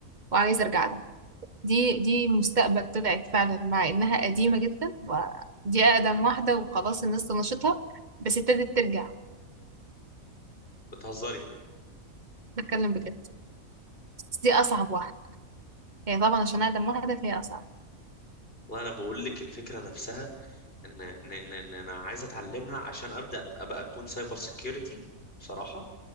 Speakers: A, on the right; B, on the left.
A: وعايزه ارجع لها دي دي مستقبل طلعت فعلا مع انها قديمه جدا ودي اقدم واحده وخلاص الناس طنشتها بس ابتدت ترجع
B: بتهزري
A: بتكلم بجد بس دي اصعب واحده هي طبعا عشان اقدم واحده فهي اصعب
B: والله انا بقول لك الفكره نفسها ان ان ان إن انا عايز اتعلمها عشان ابدا ابقى اكون سايبر سيكيورتي بصراحه